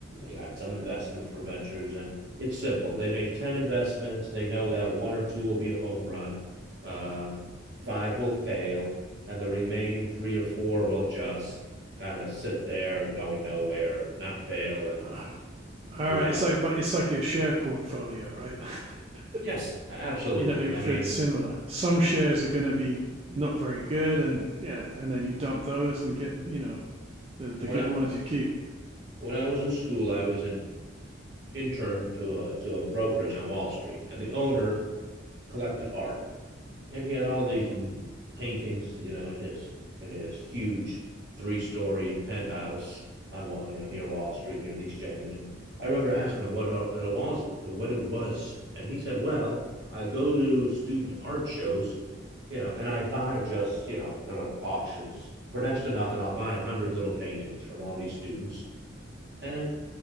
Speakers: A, on the right; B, on the right.
A: got some investment for ventures, and it's simple. They make 10 investments. They know that one or two will be a home run, uh, five will fail, and the remaining three or four will just kind of sit there going nowhere, not fail, and
B: Uh, all
A: do
B: right,
A: nothing.
B: it's like it's like your share portfolio, right? <laughs>
A: Yes, absolutely.
B: you know, it's
A: I mean,
B: pretty similar. Some shares are going to be not very good, and yeah, and then you dump those and get you know the the
A: when
B: good
A: I
B: ones you keep.
A: when I was in school, I was an intern to a to a brokerage on Wall Street, and the owner collected art and he had all these paintings, you know, in his in his huge three story penthouse on Wall, you know, near Wall Street, near the Exchange. And I remember
B: Yeah.
A: asking him what uh, it was, what it was, and he said, "Well, I go to student art shows, you know, and I buy just, you know, they're like auctions for next to nothing. I'll buy a hundred little paintings from all these students, and